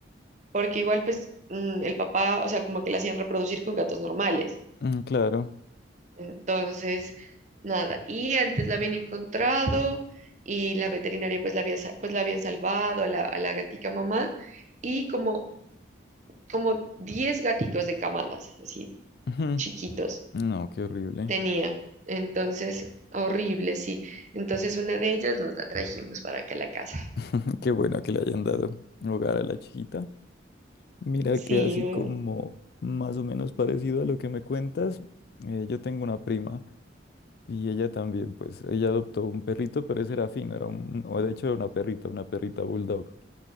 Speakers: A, on the right; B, on the left.
A: porque igual pues mm, el papá, o sea, como que la hacían reproducir con gatos normales.
B: Mm, claro.
A: Entonces, nada. Y antes la habían encontrado y la veterinaria pues la había, sa- pues la habían salvado a la, a la gatica mamá y como, como 10 gaticos de camadas, así
B: Ujú.
A: chiquitos,
B: No, qué horrible.
A: tenía. Entonces, horrible, sí. Entonces una de ellas nos la trajimos para acá a la casa.
B: <laughs> Qué bueno que le hayan dado hogar a la chiquita. Mira
A: Sí,
B: que así
A: eh,
B: como más o menos parecido a lo que me cuentas, eh, yo tengo una prima y ella también, pues, ella adoptó un perrito, pero ese era fino, era un, o de hecho era una perrita, una perrita bulldog.